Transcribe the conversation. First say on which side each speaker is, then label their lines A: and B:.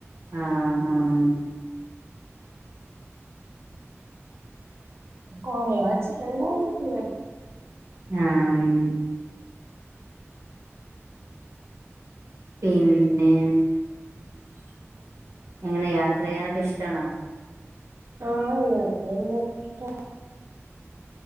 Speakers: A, on the right; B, on the right.
A: ആഹ് ആഹ
B: കുറേ വച്ചിട്ടുണ്ടായി <unintelligible>
A: ങാഹ പിന്നെ
B: <unintelligible>
A: ങ്ങനെ യാത്രയ്യാനൊക്കി ഷ്ടാണോ
B: ആഹ യാത്രയ്യാനൊക്കെ ഇഷ്ട